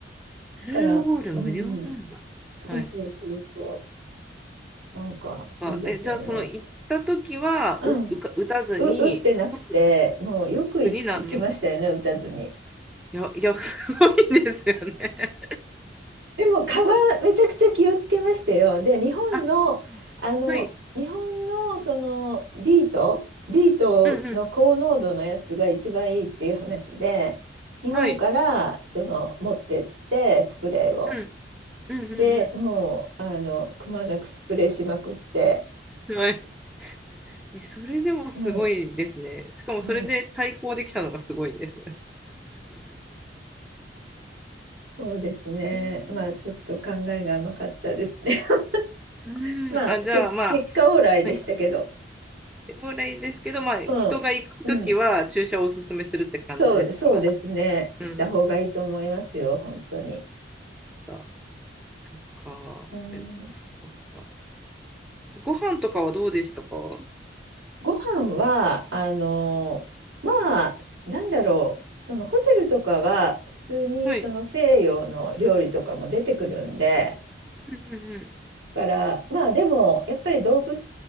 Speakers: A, in the centre; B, on the right.
A: メルドゴール無料なんだ。
B: から、うん、そうそうそうそ
A: はい。
B: う、なんかいいですよね。
A: あ、え、じゃあその行った時はう、
B: うん、
A: うか、
B: う、
A: 打たずに、
B: 打ってなくて、
A: 特
B: もうよくい行きましたよね、
A: 特に何にも。
B: 打たずに。
A: いや、いや、すごいですよね。
B: でも、カバン、めちゃくちゃ気をつけましたよ。で、日本の、
A: <laughs> あ、
B: あの、
A: はい。
B: 日本のその D とートディートの高濃度のやつが一番いいっていう話で、
A: うんうん。
B: 日本からその持ってって、
A: はい。
B: スプレーを。
A: うん。うんうん
B: で、もう、あの、くまなくスプレーしまくって、
A: うん。はい。え、それでもすごいですね。
B: うん。
A: しかもそれで対抗できたのがすごいです。
B: うんそうですね。
A: へえ
B: まあちょっと考えが甘かったですね。
A: うん。
B: <laughs> まあけ結果オーライでしたけど、
A: あ、じゃあまあ、はい。もらいですけど、まあ、人が行くときは注射をおすすめするって感じですか
B: うん、うん、そう、そうですね。
A: うん。
B: した方がいいと思いますよ、本当に。
A: ちょっと、そっか。
B: うん、
A: え、そっかそっか。ご飯とかはどうでしたか
B: ご飯は、あの、まあ、なんだろう、そのホテルとかは普通にその西洋の料理とかも出てくるんで、
A: はい。うんうんうん。
B: から、まあでも、やっぱり動物